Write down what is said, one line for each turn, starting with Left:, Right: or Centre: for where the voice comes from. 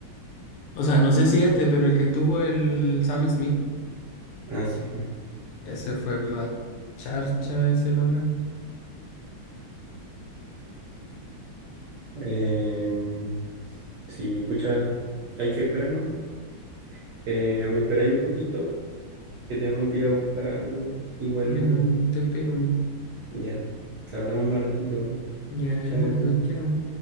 Left: O sea, no sé si este, pero el que tuvo el Sam Smith.
Right: Ah, sí, pues.
Left: Ese fue más charcha ese Lola.
Right: Em, sí, pucha, hay que esperar, ¿no? Eh, me esperáis un poquito, que tengo que ir a buscar algo y vuelvo.
Left: Bueno, te espero.
Right: Ya, hablamos más ratito.
Left: Ya
Right: Chao.
Left: no creo que no, chao.